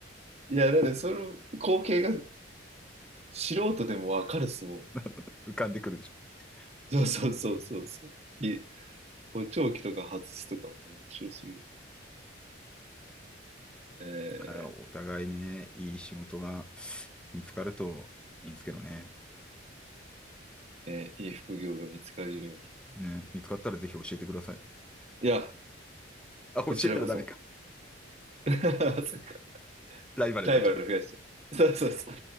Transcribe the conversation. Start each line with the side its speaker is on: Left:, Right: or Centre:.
Right: いや、だってその光景が素人でもわかるっすもん。
Centre: <laughs> 浮かんでくるでしょ。
Right: そうそうそうそうそう。
Centre: うん
Right: い、補聴器とか外すとかも面白すぎる。え
Centre: から、お互いにね、
Right: ー
Centre: いい仕事が見つかるといいんですけどね。
Right: えーいい副業が見つかるように。
Centre: ね、見つかったらぜひ教えてください。
Right: いや、
Centre: あ、教えたらダメか。
Right: こちらこそ。<laughs> そっか
Centre: ライバルになっちゃうね。
Right: ライバル増やしてる。そうそうそう。